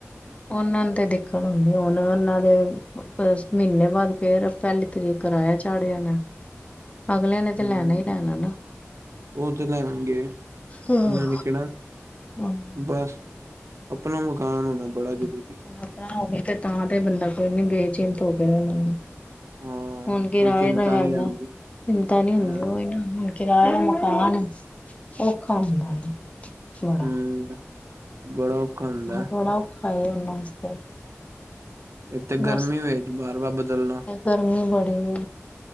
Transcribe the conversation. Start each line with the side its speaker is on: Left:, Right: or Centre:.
Left: ਉਹਨਾਂ ਨੂੰ ਤੇ ਦਿੱਕਤ ਹੁੰਦੀ ਹੁਣ ਉਹਨਾਂ ਦੇ ਮਹੀਨੇ ਬਾਦ ਫੇਰ ਪਹਿਲੀ ਤਰੀਕ ਕਰਾਇਆ ਚਾੜ ਜਾਣਾ ਅਗਲਿਆਂ ਨੇ ਤਾਂ
Right: ਹਮ
Left: ਲੈਣਾ ਹੀ ਲੈਣਾ ਨਾ
Right: ਉਹ ਤੇ ਲੈਣਗੇ
Left: ਹ
Right: ਉਹਨਾਂ ਨੇ ਕਿਹੜਾ
Left: ਹਮ
Right: ਬਸ ਆਪਣਾ ਮਕਾਨ ਹੋਣਾ
Left: ਉਹੀ
Right: ਬੜਾ
Left: ਨਾ
Right: ਜਰੂਰੀ
Left: ਹੁਣ ਆਪਣਾ ਹੋ ਵੇ ਤੇ ਤਾਂ ਤੇ ਬੰਦਾ ਕੋਈ ਨੀ ਬੇਚਿੰਤ ਹੋ ਕੇ ਰੈ ਲੈਦਾ
Right: ਹਾਂ
Left: ਹੁਣ ਕਿਰਾਏ
Right: ਕੋਈ ਚਿੰਤਾ
Left: ਦਾ ਹੈਗਾ
Right: ਨਹੀਂ ਹੁੰਦੀ
Left: ਚਿੰਤਾ ਨੀ ਹੁੰਦੀ
Right: ਹਾਂ
Left: ਉਹ ਹ ਕਿਰਾਏ ਦਾ ਮਕਾਨ ਔਖਾ ਹੁੰਦਾ ਹੈ। ਬੜਾ
Right: ਹੂੰ ਬੜਾ ਔਖਾ ਹੁੰਦਾ
Left: ਬੜਾ ਔਖਾ ਉਹਨਾਂ ਵਾਸਤੇ
Right: ਇੱਕ ਤਾਂ ਗਰਮੀ
Left: ਬਸ
Right: ਵਿਚ ਬਾਰ ਵਾਰ ਬਦਲਣਾ
Left: ਗਰਮੀ ਬੜੀ ਆ